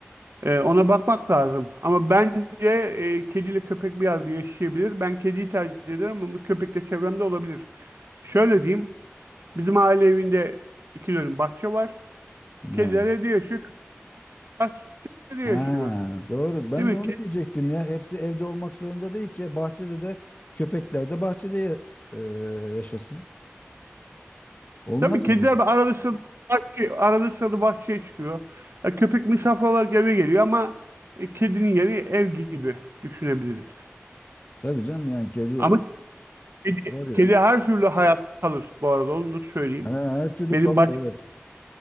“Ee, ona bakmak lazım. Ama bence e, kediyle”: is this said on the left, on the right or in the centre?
Right